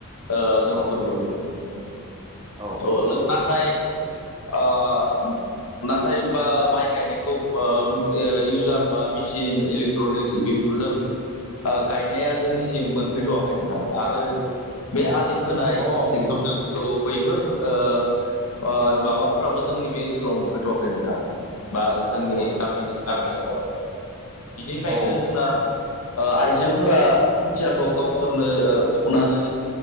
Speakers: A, on the left; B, on the right.
A: ओ जोंफोरबो
B: औ
A: अ
B: औ
A: लो नाथाय अ नाथाय बा माइ गायनायखौ ओ ओ इउजार बा मेसिन इलेक्ट्रनिक्स बेफोरजों ओ गायनाया जोंनिसिम मोनफैथ'वाखै नोंथां आरो बे आलि खोनाय
B: औ
A: जोंखौ
B: औ
A: बैफोर ओ ओ माबाफोराबो जोंनि बे ओनसोलाव मोनफैथ'वाखै नोंथां बा
B: मोनबाय
A: जोंनि
B: दहाय
A: गामि गामियाव
B: औ
A: आरो औ बिनिखायनो
B: औ
A: जोंना ओ आइजोफोरा खोथियाखौ गावसोरनो ओ फुनानै